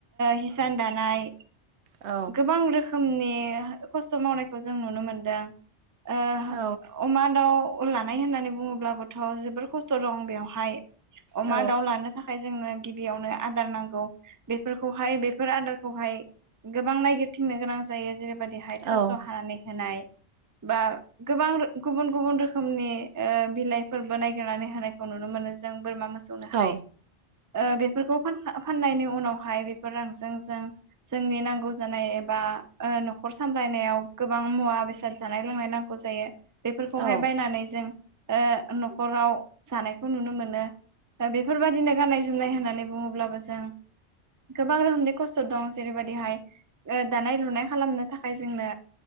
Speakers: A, on the right; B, on the right.
A: हिसान दानाय
B: औ
A: गोबां रोखो मनि खस्थ' मावनायखौ जों नुनो मोनदों। ओ
B: औ
A: अमा, दाउ उन लानाय होननानै बुङोब्लाबोथ' जोबोर खस्थ' दं बेवहाय अमा,
B: औ
A: दाउ लानो थाखाय जोंनो गिबियावनो आदार नांगौ बेफोरखौहाय बेफोर आदारखौहाय गोबां नायगिरथिंनो गोनां जायो जेरैबायदि ओरैहाय
B: औ
A: थास' हानानै होनाय बा गोबां गुबुन गुबुन रोखोमनि बिलाइफोरबो नायगिरनानै होनायखौ नुनो मोनो जों बोरमा मोसौनो
B: औ
A: हाय बेफोरखौ फाननायनि उनावहाय बेफोर रांजों जों जोंनि नांगौ जानाय एबा न'खर सामलायनायाव गोबां मुवा बेसाद जानाय लोंनाय नांगौ जायो बेफोरखौहाय
B: औ
A: बायनानै जों न'खराव जानायखौ नुनो मोनो। बेफोरबायदिनो गाननाय जोमनाय होना नै बुङोब्लाबो जों गोबां रोखोमनि खस्थ' दं जेरैबायदिहाय दानाय लुनाय खालामनो थाखाय जोंनो